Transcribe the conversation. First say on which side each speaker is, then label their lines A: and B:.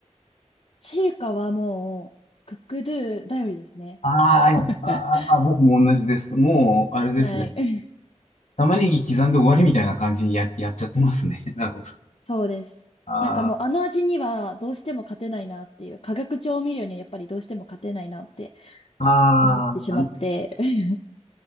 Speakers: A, on the left; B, on the left.
A: 中華はもう、クックドゥ頼りですね。
B: ああ、
A: <laughs>
B: やっぱ、まあ僕も同じです。もう、あれですね。
A: はい。
B: 玉ねぎ刻んで終わりみたいな感じにや、やっちゃってますね。<laughs> なるほど。
A: そうです。
B: あ
A: なんかもうあの味にはどうしても勝てないなっていう、化学調味料にはやっぱりどうしても勝てないなって
B: あ、ああ、
A: 思ってしまって、
B: うん
A: <laughs>